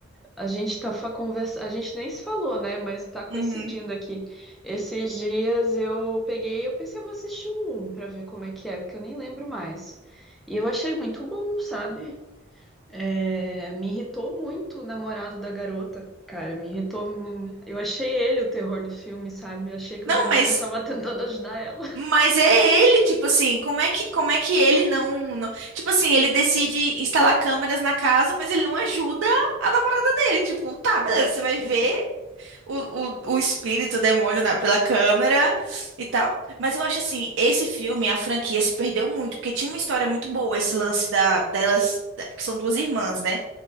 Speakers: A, in the centre; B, on the right.
A: A gente tá fa- conversa... a gente nem se falou, né? Mas tá coincidindo
B: Uhum.
A: aqui. Esses dias eu peguei, eu pensei, eu vou assistir o 1 pra ver como é que é, porque eu nem lembro mais. E eu achei muito bom, sabe? É, Me irritou muito o namorado da garota, cara. Me irritou. hum, Eu achei ele o terror do filme, sabe? Eu achei que
B: Não,
A: o demônio
B: mas
A: tava <laughs> tentando ajudar ela.
B: Mas é ele, tipo assim, como é que, como é que ele não, não- Tipo assim, ele decide instalar câmeras na casa, mas ele não ajuda a namorada dele. Tipo, tá, beleza,
A: <laughs> Ai,
B: você vai
A: ridículo.
B: ver o, o, o espírito, o demônio na- pela câmera e tal. Mas eu acho assim, esse filme, a franquia se perdeu muito, porque tinha uma história muito boa, esse lance da, delas, da- porque são duas irmãs, né?